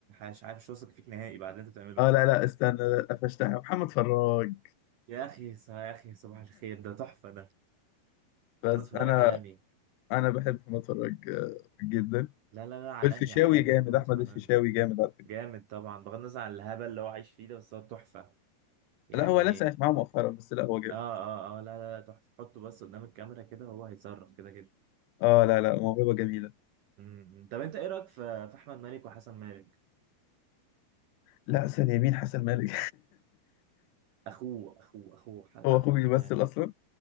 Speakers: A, on the right; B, on the left.
A: مش عارف مش واثق فيك نهائي بعد اللي انت بتعمله
B: اه
A: ده
B: لا لا استنى لا قفشتها محمد فراج
A: يا اخي س- يا اخي صباح الخير ده تحفة ده
B: بس
A: محمد فراج
B: انا
A: عالمي
B: انا بحب محمد فراج آه، جدا
A: لا لا لا عالمي
B: والفيشاوي
A: عالمي
B: جامد
A: محمد
B: احمد
A: فراج
B: الفيشاوي جامد على فكره
A: جامد طبعا بغض النظر عن الهبل اللي هو عايش فيه ده بس هو تحفة يعني
B: لا هو لسه معاه مؤخرا بس لا هو جامد
A: اه اه اه لا لا لا تحفة حطه بس قدام الكاميرا كده وهو هيتصرف كده كده
B: اه لا لا موهبه جميله
A: امم طب انت ايه رايك في في احمد مالك وحسن مالك
B: لا ثانيه مين حسن مالك
A: اخوه اخوه اخوه
B: <laughs>
A: ح-
B: هو
A: اخو
B: اخوه بيمثل
A: احمد مالك
B: اصلا